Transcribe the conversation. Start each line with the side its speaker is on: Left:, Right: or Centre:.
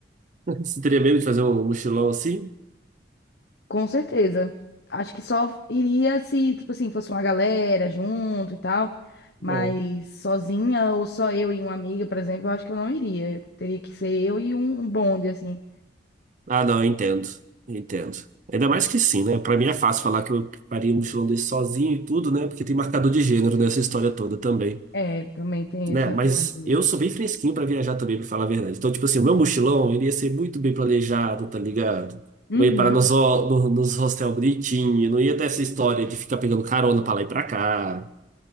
Right: <laughs> Você teria medo de fazer um mochilão assim?
Left: Com certeza. Acho que só iria se, tipo assim, fosse uma galera junto e tal. Mas
Right: É.
Left: sozinha ou só eu e uma amiga, por exemplo, eu acho que eu não iria. Teria que ser eu e um um bonde, assim.
Right: Ah, não, eu entendo. Eu entendo. Ainda mais que sim, né? Pra mim é fácil falar que eu faria um mochilão desse sozinho e tudo, né? Porque tem marcador de gênero nessa história toda também.
Left: É, também tem
Right: Né?
Left: esse recorte.
Right: Mas
Left: ali.
Right: eu sou bem fresquinho pra viajar também, pra falar a verdade. Então, tipo assim, o meu mochilão ele ia ser muito bem planejado, tá ligado?
Left: Uhum.
Right: Eu ia parar nos, ho- no- nos hostel bonitinho, não ia ter essa história de ficar pegando carona pra lá e pra cá.